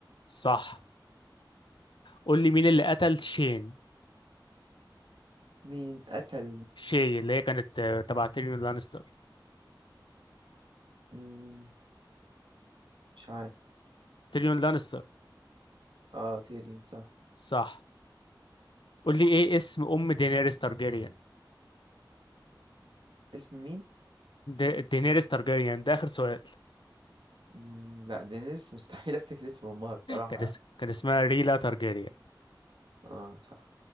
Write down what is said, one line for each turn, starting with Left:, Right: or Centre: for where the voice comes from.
Left: صح قول لي مين اللي قتل شين
Right: مين قتل
Left: شي اللي هي كانت آه، تبع تيريون لانستر
Right: مم... مش عارف
Left: تيريون لانستر
Right: اه تيرين صح
Left: صح قول لي ايه اسم ام دينيريس تارجيريان
Right: اسم مين؟
Left: دي... دينيريس تارجيريان ده اخر سؤال
Right: مم... لا دينيس مستحيل <laughs> افتكر اسم امها الصراحة
Left: كان اس- كان اسمها ريلا تارجاريان
Right: اه صح